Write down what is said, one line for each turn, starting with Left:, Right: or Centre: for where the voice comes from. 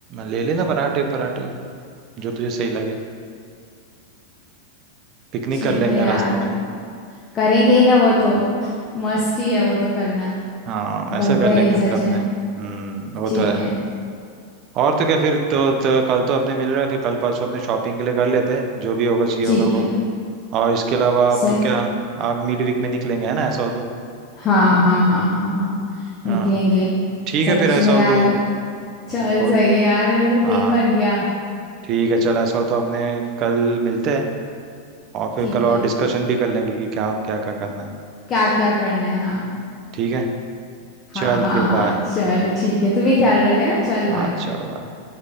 Right: ले लेना पराठे पराठे जो तुझे सही लगे पिकनिक
Left: ठीक
Right: कर लेंगे
Left: है यार
Right: रास्ते में
Left: करेंगे ही ना वो तो <laughs> मस्त ही है वो तो करना
Right: हाँ ऐसा
Left: बनता
Right: कर लेंगे
Left: ही है सच
Right: फिर अपने
Left: है
Right: हम्म वो
Left: ठीक
Right: तो है
Left: है
Right: और तो क्या फिर तो, तो कल तो अपने मिल रहे हैं फिर कल परसों अपने शॉपिंग के लिए कर लेते हैं जो भी होगा चाहिए
Left: ठीक
Right: होगा वो
Left: है
Right: और इसके अलावा अब
Left: सही
Right: क्या आप मिड वीक में निकलेंगे है ना ऐसा हो तो
Left: हाँ हाँ हाँ हाँ हाँ
Right: हाँ
Left: निकलेंगे
Right: ठीक
Left: सच
Right: है फिर ऐसा
Left: में
Right: हो
Left: यार
Right: तो
Left: मैं- चल
Right: बोल
Left: सही है यार मेरा तो
Right: हाँ
Left: दिन बन गया
Right: ठीक है चल ऐसा हो तो अपने कल मिलते हैं और फिर
Left: ठीक
Right: कल और
Left: है
Right: डिस्कशन भी कर लेंगे कि क्या क्या क्या करना है
Left: क्या क्या करना है हाँ
Right: ठीक है
Left: हाँ
Right: चल
Left: हाँ
Right: फिर
Left: हाँ
Right: बाय
Left: चल ठीक है तू भी ख्याल रखे ना चल
Right: हाँ
Left: बाय
Right: चल बाय